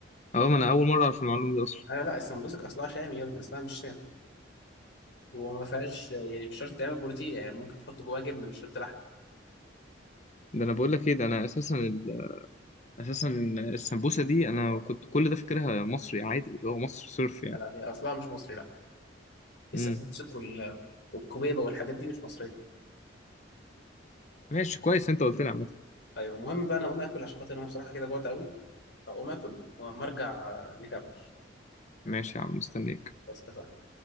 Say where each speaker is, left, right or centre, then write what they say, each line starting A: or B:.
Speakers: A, on the left; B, on the left.
A: اه ما انا اول مره اعرف المعلومه دي اصلا
B: لا لا السمبوسك اصلها شامي يا ابني اصلها مش شامي وما فيهاش يعني مش شرط تعمل بروتين يعني ممكن تحط جواها جبنه مش شرط لحم
A: ده انا بقول لك ايه ده انا اساسا ال... اساسا السمبوسه دي انا كنت كل ده فاكرها مصري عادي اللي هو مصر صرف يعني
B: لا هي اصلها مش مصري لا السمسك
A: امم
B: وال- والكوبيبه والحاجات دي مش مصريه
A: ماشي كويس انت قلت لي عامه
B: ايوه المهم بقى انا اقوم اكل عشان خاطر انا بصراحه كده جوعت قوي فاقوم اكل ولما ارجع آه، نكمل
A: ماشي يا عم مستنيك
B: بس اتفقنا.